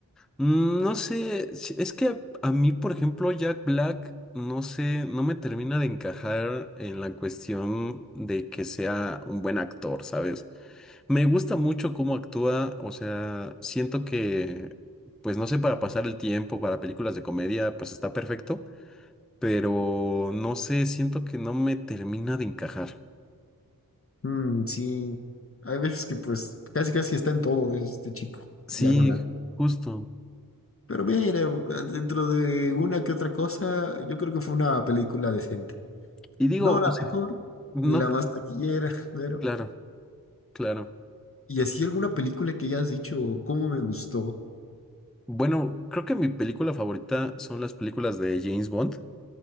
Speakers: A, in the centre; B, on the left.
A: Mm, No sé, si- es que a mí, por ejemplo, Jack Black, no sé, no me termina de encajar en la cuestión de que sea un buen actor, ¿sabes? Me gusta mucho cómo actúa, o sea, siento que, pues no sé, para pasar el tiempo, para películas de comedia, pues está perfecto, pero no sé, siento que no me termina de encajar.
B: Mm, sí, hay veces que pues casi casi está en todo este chico,
A: Sí,
B: Jack Black.
A: justo.
B: Pero mira, dentro de una que otra cosa, yo creo que fue una película decente.
A: Y digo,
B: No la
A: o sea,
B: mejor,
A: no,
B: ni la más taquillera, <laughs> pero...
A: claro, claro.
B: ¿Y así alguna película que ya has dicho, cómo me gustó?
A: Bueno, creo que mi película favorita son las películas de James Bond